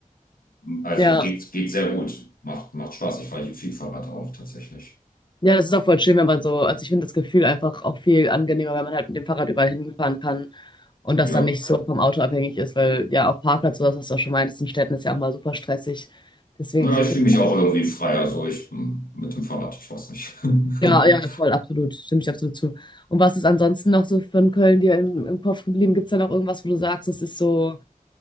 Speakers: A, on the left; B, on the left.
A: Also
B: ja.
A: geht, geht sehr gut. Macht, macht Spaß. Ich fahre hier viel Fahrrad auch tatsächlich.
B: Ja, das ist auch voll schön, wenn man so, also ich finde das Gefühl einfach auch viel angenehmer, wenn man halt mit dem Fahrrad überall hinfahren kann. Und das
A: Ja.
B: dann nicht so vom Auto abhängig ist, weil ja auch Parkplatz oder was du auch schon meintest, in Städten ist ja auch mal super stressig. Deswegen,
A: Ja,
B: ich
A: ich
B: bin-
A: fühle mich auch irgendwie freier, so ich hm, mit dem Fahrrad, ich weiß nicht.
B: ja,
A: <laughs>
B: ja, voll, absolut. Stimme ich absolut zu. Und was ist ansonsten noch so von Köln dir im, im Kopf geblieben? Gibt es da noch irgendwas, wo du sagst, das ist so,